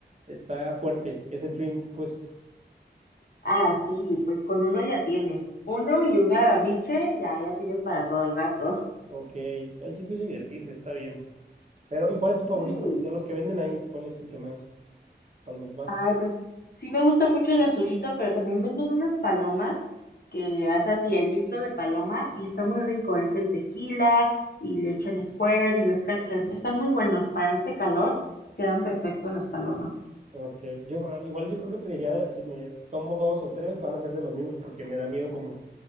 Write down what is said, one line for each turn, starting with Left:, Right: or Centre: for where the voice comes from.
Right: está fuerte, ese drink, pues.
Left: Ah, sí, pues con uno ya tienes. Uno y una miche ya, ya tienes para todo el gato. <laughs>
Right: Ok, el chiste es divertirse, está bien. Pero, ¿y cuál es tu favorito?
Left: Sí.
Right: De los que venden ahí, ¿cuál es el que más, cuando más?
Left: Ay, pues sí me gusta mucho el azulito, pero también venden unas palomas que hasta así el litro de paloma y está muy rico. Es el tequila y le echan Squirt y los Captain. Están muy buenos. Para este calor quedan perfectos las palomas.
Right: Ok, yo ah, igual yo creo que pediría, si me tomo dos o tres, van a ser de los mismos porque me da miedo como